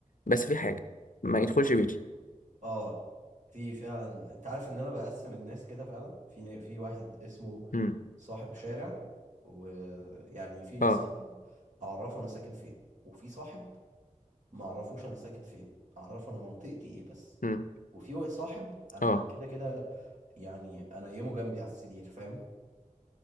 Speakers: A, on the left (about 80°); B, on the right (about 65°).
A: بس في حاجة ما يدخلش بيتي
B: اه في فعلا انت عارف ان انا بقسم الناس كده فعلا في في واحد اسمه
A: امم
B: صاحب شارع ويعني في
A: اه
B: صاحب اعرفه انا ساكن فين وفي صاحب ما اعرفوش انا ساكن فين اعرفه انا منطقتي ايه بس
A: امم
B: وفي واحد صاحب انا
A: اه
B: كده كده يعني انا يمه جنبي على السرير فاهم